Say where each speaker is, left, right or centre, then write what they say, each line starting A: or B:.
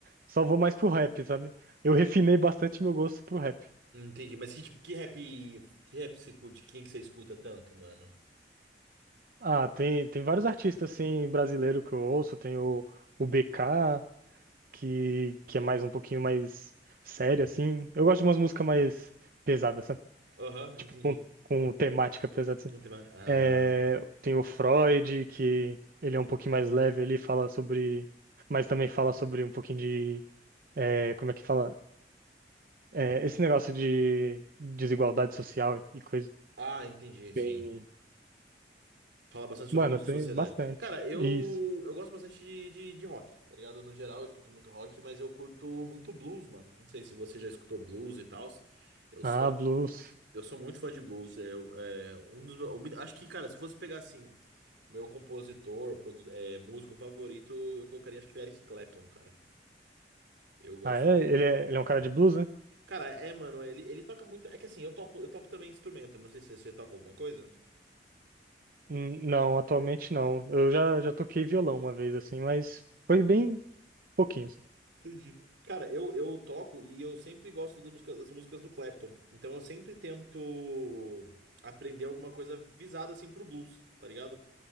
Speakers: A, on the right; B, on the right.
A: só vou mais pro rap, sabe? Eu refinei bastante meu gosto pro rap.
B: Entendi, mas que tipo, que rap, que rap você curte? Quem que você escuta tanto, mano?
A: Ah, tem, tem vários artistas assim brasileiro que eu ouço, tem o, o BK, que, que é mais um pouquinho mais sério assim. Eu gosto de umas músicas mais pesadas, sabe?
B: Aham, entendi.
A: Com, com temática pesada assim.
B: Não tem mais. Ah,
A: É, tem o Freud, que ele é um pouquinho mais leve, ele fala sobre, mas também fala sobre um pouquinho de, é, como é que fala? É, esse negócio de desigualdade social e coisa.
B: ah, entendi, sim.
A: Tem,
B: Fala bastante sobre
A: mano,
B: coisas
A: tem
B: de sociedade.
A: bastante.
B: Cara, eu,
A: Isso.
B: eu gosto bastante de, de, de rock, tá ligado? No geral, eu escuto muito rock, mas eu curto muito blues, mano. Não sei se você já escutou blues e tal. Eu
A: Ah,
B: sou,
A: blues.
B: eu sou muito fã de blues. Eu, é, um dos meus, eu acho que, cara, se fosse pegar assim, meu compositor, produ, é, músico favorito, eu colocaria acho que o Eric Clapton, cara. Eu gosto.
A: Ah, é? Ele é, ele é um cara de blues, né?
B: Cara, é, mano, ele, ele toca muito. É que assim, eu toco, eu toco também instrumento. Não sei se você toca alguma coisa.
A: Hum, Não, atualmente não. Eu já, já toquei violão uma vez, assim, mas foi bem pouquinho. assim.
B: Entendi. Cara, eu, eu toco e eu sempre gosto das músicas, das músicas do Clapton. Então eu sempre tento aprender alguma coisa visada assim pro blues, tá ligado?